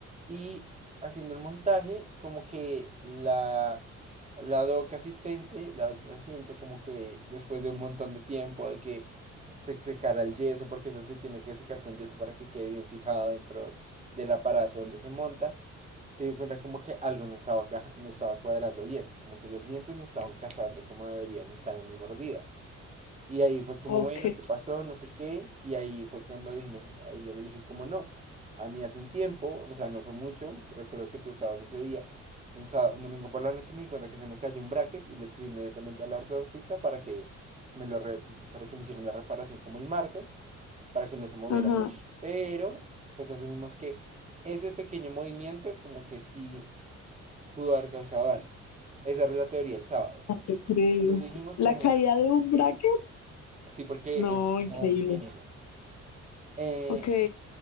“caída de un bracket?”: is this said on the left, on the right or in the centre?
Left